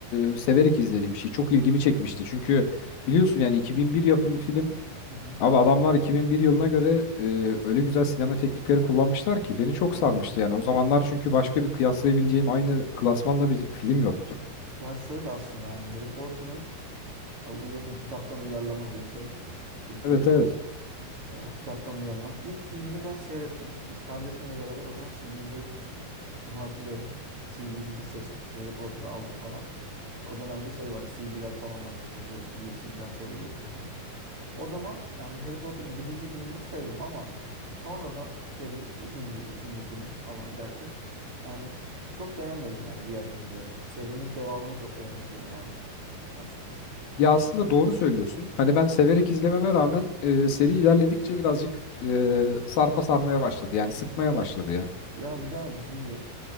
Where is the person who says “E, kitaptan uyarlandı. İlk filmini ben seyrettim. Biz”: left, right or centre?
Right